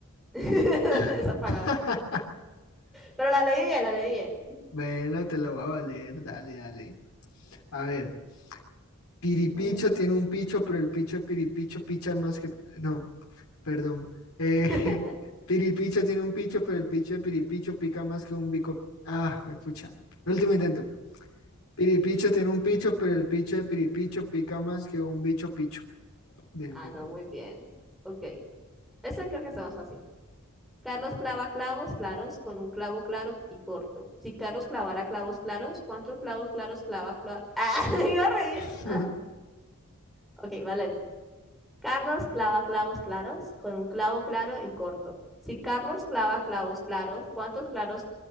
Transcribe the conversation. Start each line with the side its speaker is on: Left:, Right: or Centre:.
Centre: <laughs>
Left: <laughs>
Centre: Esa palabra. Pero la leí bien, la leí bien.
Left: Bueno, te lo voy a valer, dale, dale. A ver. Piripicho tiene un picho, pero el picho de Piripicho picha más que... No, perdón. Eh,
Centre: <laughs>
Left: <laughs> Piripicho tiene un picho, pero el picho de Piripicho pica más que un bico... Ah, pucha. Último intento. Piripicho tiene un picho, pero el picho de Piripicho pica más que un bicho picho. Bien,
Centre: Ah,
Left: bien,
Centre: no,
Left: bien.
Centre: muy bien. Ok. Ese creo que está más fácil. Carlos clava clavos claros con un clavo claro y corto. Si Carlos clavara clavos claros, ¿cuántos clavos claros clava? cla- <laughs> Ah, iba re
Left: <laughs>
Centre: bien. Ah, ok, va lento. Carlos clava clavos claros con un clavo claro y corto. Si Carlos clava clavos claros, ¿cuántos claros?